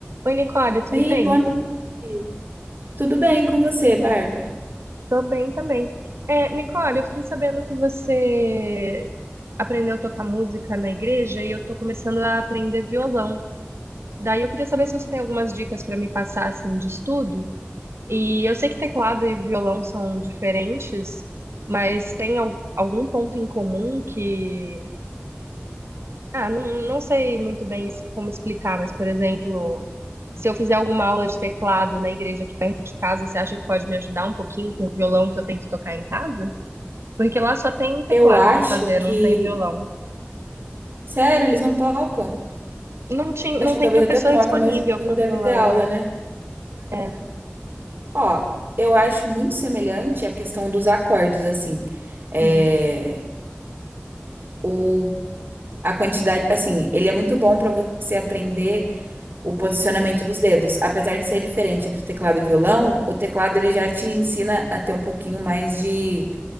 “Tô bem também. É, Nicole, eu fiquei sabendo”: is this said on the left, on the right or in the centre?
Right